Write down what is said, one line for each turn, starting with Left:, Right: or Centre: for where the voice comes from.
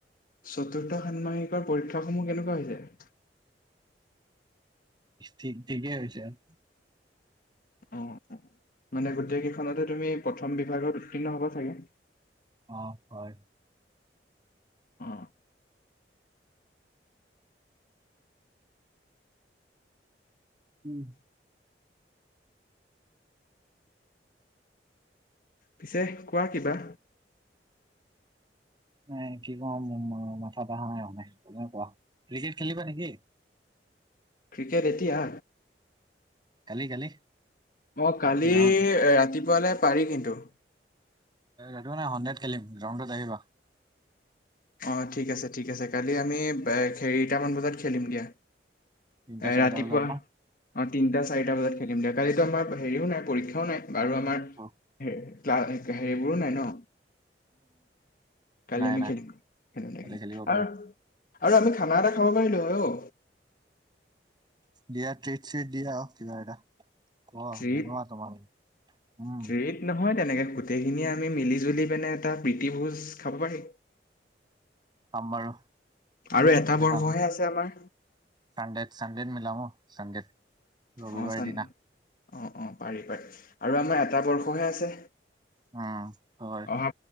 Left: চতুৰ্থ ষান্মাসিকৰ পৰীক্ষাসমূহ কেনেকুৱা হৈছে?
Right: ঠিক ঠিকেই হৈছে আৰু।
Left: অ মানে গোটেই কেইখনতে তুমি প্ৰথম বিভাগত উত্তীৰ্ণ হ'বা চাগে।
Right: অ হয়।
Left: আহ।
Right: উম।
Left: পিছে কোৱা কিবা।
Right: নাই কি কম মাথাত আহা নাই মানে তুমিয়ে কোৱা ক্ৰিকেট খেলিবা নেকি?
Left: ক্ৰিকেট এতিয়া।
Right: কালি কালি
Left: মই কালি
Right: গ্ৰাউণ্ড
Left: ৰাতিপুৱালৈ পাৰি কিন্তু।
Right: এইটো মানে হণ্ড্ৰেড খেলিম ৰা্ৰউণ্ডত আহিবা।
Left: অ ঠিক আছে ঠিক আছে কালি আমি হেৰিটামান বজাত খেলিম দিয়া।
Right: তিনিটা
Left: এ
Right: চাৰিটা
Left: ৰাতিপুৱা
Right: বজাত ন
Left: অ তিনটা চাৰিটা বজাত খেলিম দিয়া কালিতো আমাৰ হেৰিও নাই পৰীক্ষা ও নাই বাৰু
Right: উম
Left: আমাৰ
Right: উম
Left: ক্লা হেৰিবোৰো নাই ন। কালি
Right: নাই
Left: আমি
Right: নাই
Left: খেলিম খেলো দে
Right: কালি খেলিব পাৰিম
Left: আৰু। আৰু আমি খানা এটা খাব পাৰিলো অ।
Right: দিয়া ট্ৰিট চিট দিয়া কিবা এটা। অ
Left: ট্ৰিট
Right: বনোৱা তোমালোকে উম।
Left: ট্ৰিট নহয় তেনেকে গোটেই খিনিয়ে আমি মিলি জুলি পেনে এটা প্ৰীতি ভোজ খাব পাৰি।
Right: উম বাৰু।
Left: আৰু এটা
Right: মিলাম
Left: বৰ্ষহে আছে আমাৰ।
Right: চানডেত চানডেত মিলাম অ চানডেত ৰবিবাৰ
Left: অ চান
Right: দিনা।
Left: অ অ পাৰি পাৰি আৰু আমাৰ এটা বৰ্ষহে আছে।
Right: অ হয়।
Left: অহা